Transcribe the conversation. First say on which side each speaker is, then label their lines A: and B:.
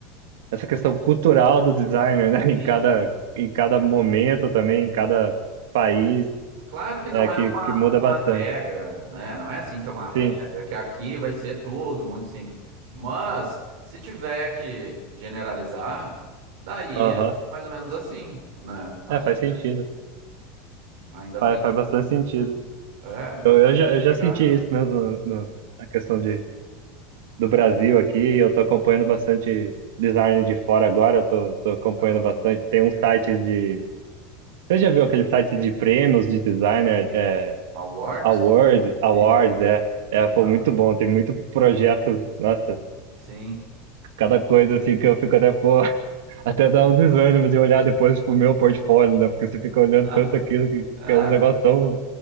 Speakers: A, on the right; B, on the right.
A: essa questão cultural do designer, né? <laughs> Em
B: Sim.
A: cada, em cada momento também, em cada país,
B: Claro que não
A: é
B: é
A: que,
B: uma,
A: que muda
B: uma
A: bastante.
B: regra, né? Não é assim que é uma regra,
A: Sim,
B: que aqui vai ser tudo muito simples. Mas, se tiver que generalizar, daí
A: aham.
B: é mais ou menos assim, né? Ainda,
A: É, faz sentido.
B: ainda
A: Faz,
B: tem,
A: faz bastante sentido.
B: é, ainda
A: Eu,
B: tem
A: eu já, eu já
B: pegada.
A: senti isso mesmo no, no- na questão de do Brasil aqui, eu tô acompanhando bastante design de fora agora, eu tô, tô acompanhando
B: Aham.
A: bastante. Tem uns sites de. Você já viu aquele site de prêmios de designer, é,
B: Awards?
A: awards, awards,
B: Sim,
A: é,
B: tem
A: é, pô,
B: W.
A: muito bom, tem muito projeto, nossa,
B: Sim.
A: cada coisa assim que eu fico até, pô, <laughs> até dá um desânimo de olhar depois pro meu portfólio, né, porque você fica olhando
B: <laughs> Ah,
A: tanto aquilo que,
B: ah,
A: que é um negócio tão